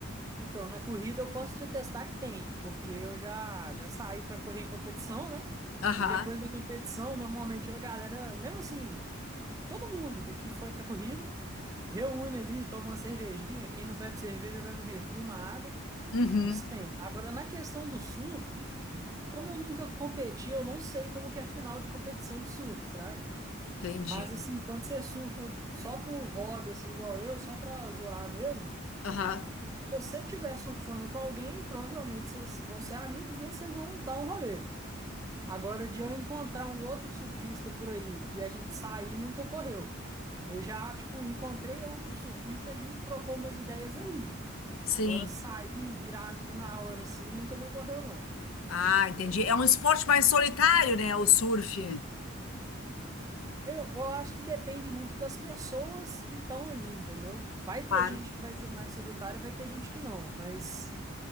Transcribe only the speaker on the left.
Aham.
Uhum.
Entendi.
Aham.
Sim.
Ah, entendi. É um esporte mais solitário, né? O surf.
Claro.